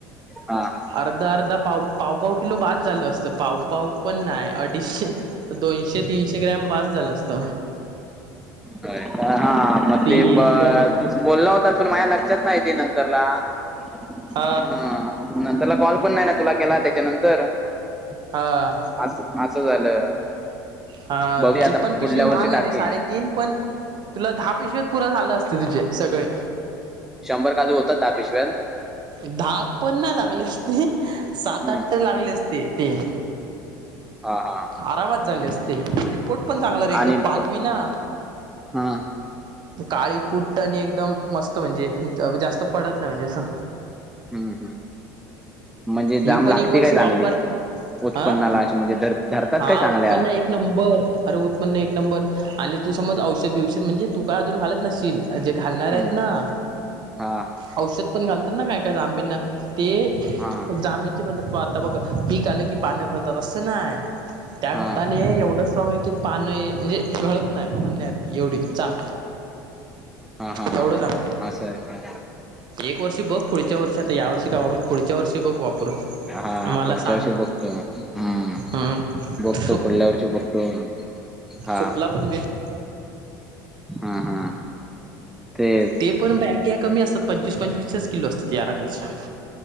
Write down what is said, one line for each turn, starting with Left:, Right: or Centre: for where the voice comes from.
Centre: हा
Right: अर्धा, अर्धा, पाव, पावपाव किलो बास झाल असतं, पावपाव पण नाय, आडीशे दोनशे, तीनशे ग्रॅम बास झालं असत.
Centre: होय, हा मग
Right: ती
Centre: ब
Right: पण
Centre: ते तू बोलला होतास पण माझ्या लक्षात नाही ते नं तरला हा.
Right: ह
Centre: नंतरला कॉल पण नाही ना तुला केला, त्याच्या नंतर आस.
Right: हा
Centre: आसं झालं.
Right: हा
Centre: बघूया
Right: ती
Centre: आता
Right: पण पिशवी
Centre: पुढल्या वर्षी
Right: म्हाग हाय
Centre: टाकेन
Right: रे, साडेतीन पण तुला दहा पिशवित पुरा झालं असत तुझे सगळे.
Centre: शंभर काजू होतात धा पिशव्यानत.
Right: दहा पण नाही लागले असते, सात-
Centre: हम्म
Right: आठ तर लागले असते ते.
Centre: हा हा
Right: आरामात झाले असते. रिपोर्ट पण चांगला रे एकदम
Centre: आणि
Right: पालवी
Centre: प-
Right: ना?
Centre: हा.
Right: काळी कुट्ट आणि एकदम मस्त म्हणजे ज जास्त पडत नाही म्हणजे आसं.
Centre: हू हू. म्हणजे जाम
Right: मी पण
Centre: लागते
Right: एक वर्ष
Centre: काय चांगली?
Right: वापर
Centre: उत्पन्नाला
Right: हा
Centre: अशी म्हणजे धर धरतात
Right: हा
Centre: काय चांगल्या
Right: उत्पन्न एक नंबर अरे उत्पन्न एक नंबर आणि तू समज औषध बिवषध म्हणजे तू काय अजून घालत नसशील आ जे घालणार
Centre: हम्म
Right: हायेत ना?
Centre: हा
Right: औषध पण घालतात ना, काय -काय जांबिंना ते
Centre: हा
Right: जाबिंनचे म्हण आता बघ पीक आलं की पाणी घळतात, असं नाय. त्या
Centre: हा
Right: खाताने एवढं स्ट्रॉंग आहे की,, पानं ये म्हणजे घळत नाही म्हणण्यासारखीं एवढी चा
Centre: हा-हा -हा
Right: एवढं
Centre: -हा
Right: चांगलं
Centre: असं आहे काय.
Right: एक वर्षी बघ पुढच्या वर्षी आता या वर्षी काय वापरलं पुढच्या वर्षी बघ वापरून.
Centre: हां हा
Right: मला
Centre: पुढच्या
Right: सांग
Centre: वर्षी
Right: मग
Centre: बघतो, हूं
Right: हम्म
Centre: बघतो पुढल्या वर्षी बघतो. हां
Right: तुपला पण बेस्ट
Centre: हां हां ते
Right: ते पण बॅग्या कमी असतात पंचवीस-पंचवीसच्याच किलो असतात यारामलच्या.